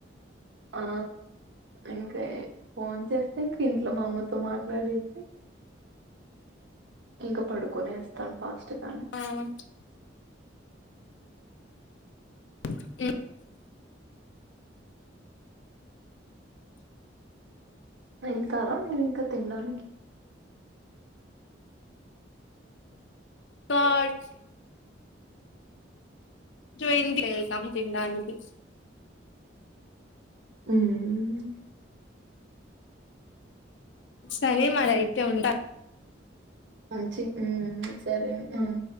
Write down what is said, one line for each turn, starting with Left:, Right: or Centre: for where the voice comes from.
Right: ఆ ఇంకే ఫోన్ చేస్తే ఇంకా ఇంట్లో మా అమ్మతో మాత్ వడితే ఇంకా పడుకునే ఏస్తాను ఫాస్ట్ గా
Left: ఆ వుచు <unintelligible>
Right: వెళ్తారా మీరు ఇంకా తినడానికి
Left: కాయిచు జూయింగ్ వీలెల్ సంథింగ్ దానికి
Right: మ్మ్మ్మ్
Left: సరే మరి అయితే ఉంట
Right: మంచిది ఉ సరే ఉం